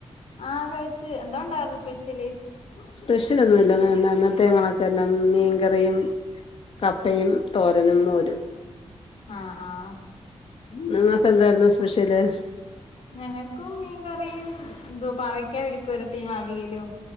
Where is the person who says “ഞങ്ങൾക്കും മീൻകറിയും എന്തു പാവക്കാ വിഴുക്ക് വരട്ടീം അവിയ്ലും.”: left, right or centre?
Left